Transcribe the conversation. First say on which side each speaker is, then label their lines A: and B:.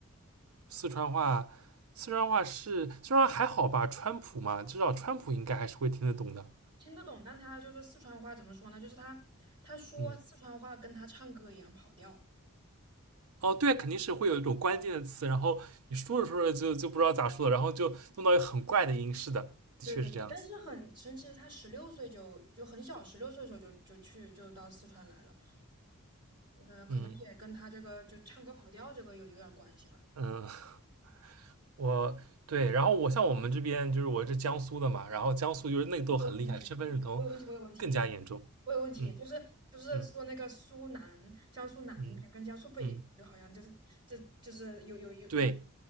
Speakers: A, on the right; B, on the right.
A: 四川话，四川话是虽然还好吧？川普嘛，至少川普应该还是会听得懂的。
B: 听得懂，但他就是四川话怎么说呢？就是他他说四川话跟他唱歌一样跑调。
A: 嗯，哦，对，肯定是会有一种关键的词，然后你说着说着就就不知道咋说了，然后就弄到一个很怪的音。是的，的确是这样子。
B: 对对对，但是很神奇的是，他十六岁就就很小，十六岁的时候就就去就到四川来了，呃，可能也跟他这个就唱歌跑调这个有有点关系吧。
A: 嗯嗯。<laughs> 我对，然后我像我们这边就是我是江苏的嘛，然后江苏就是内斗很厉害，
B: 我有问题，
A: 身份认同
B: 我有问题，我有问题，
A: 更加严重。
B: 我有问题，
A: 嗯
B: 就是不是说那个苏南、
A: 嗯
B: 江苏南边跟江苏北边就好像就是就就是有有有有
A: 嗯嗯，对，